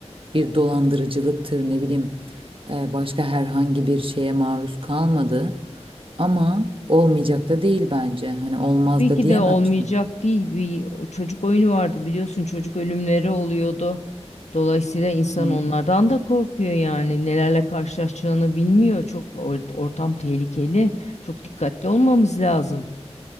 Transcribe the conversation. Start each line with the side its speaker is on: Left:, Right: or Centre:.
Right: Bir dolandırıcılıktır ne bileyim e, başka herhangi bir şeye maruz kalmadı. Ama olmayacak da değil bence. Hani olmaz
Left: Tabii
Right: da
Left: ki
Right: diyemem
Left: de olmayacak
Right: şimdi.
Left: değil. Bir çocuk oyunu vardı biliyorsun çocuk ölümleri oluyordu. Dolayısıyla insan
Right: Hı.
Left: onlardan da korkuyor yani nelerle karşılaşacağını bilmiyor. Çok or- ortam tehlikeli. Çok dikkatli olmamız lazım.